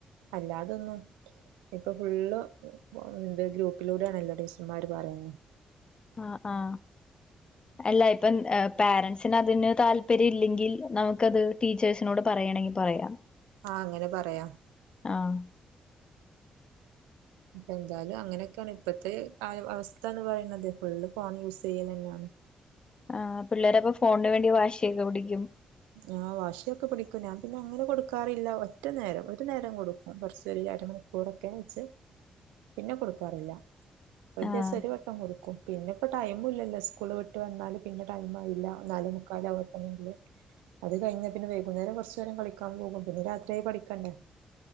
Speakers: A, on the right; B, on the left.
A: അല്ലാതൊന്നും ഇപ്പൊ ഫുള്ള് ത് ഗ്രൂപ്പിലൂടെ ആണല്ലോ ടീച്ചർമാര് പറയുന്ന
B: ആഹ് ആഹ് അല്ല ഇപ്പം പേരൻറ്സിന് അതിന് താല്പര്യം ഇല്ലെങ്കിൽ നമുക്കത് ടീച്ചേഴ്സ് നോട്‌ പറയണെങ്കി പറയാം
A: ആഹ് അങ്ങനെ പറയാം
B: ആഹ്
A: ഇപ്പ എന്തായാലും അങ്ങനെയൊക്കെയാണ് ഇപ്പത്തെ ആയ് അവസ്ഥ എന്ന് പറയുന്നത് ഫുള്ള് ഫോൺ യൂസ് ചെയ്യല്ന്നെണ്
B: ആഹ് പിള്ളേരപ്പോ ഫോണിന് വേണ്ടി വാശി ഒക്കെ പിടിക്കും
A: ആഹ് വാശിയൊക്ക പിടിക്കും ഞാൻ പിന്നെ അങ്ങനെ കൊടുക്കാറില്ല ഒറ്റ നേരം ഒരു നേരം കൊടുക്കും കുറച്ചു അരമണി ഉറക്കേച് പിന്നെ കൊടുക്കാറില്ല ഒരു
B: ആഹ്
A: ദിവസം ഒരു വട്ടം കൊടുക്കും പിന്നെ ഇപ്പ ടൈം ഇല്ലാലോ സ്കൂള് വിട്ട് വന്നാലും പിന്നെ ടൈം ആയില്ല ന്നാലും കാലാവത്തന്നേല്ലേ അത് കഴിഞ്ഞ പിന്നെ വൈകുന്നേരം കുറച്ചു നേരം കളിക്കാൻ പോകും പിന്നെ രാത്രിയായ പഠിക്കണ്ടേ